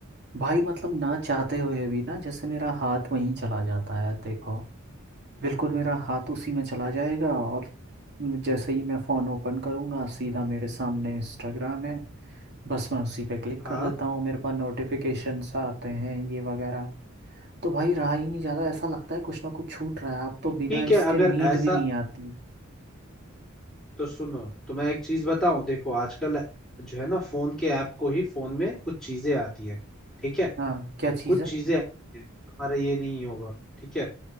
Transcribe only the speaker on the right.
भाई मतलब ना चाहते हुए भी ना जैसे मेरा हाथ वहीं चला जाता है देखो बिल्कुल मेरा हाथ उसी में चला जाएगा और जैसे ही मैं फोन ओपन करूंगा सीधा मेरे सामने इंस्टाग्राम है बस मैं उसी पे क्लिक
कर देता हूँ मेरे पास नोटिफिकेशंस आते हैं ये वगैरह तो भाई रहा ही नहीं जाता ऐसा लगता है कुछ ना कुछ छूट रहा है अब तो
बिना इसके
नींद
भी नहीं आती
हाँ क्या चीज़
है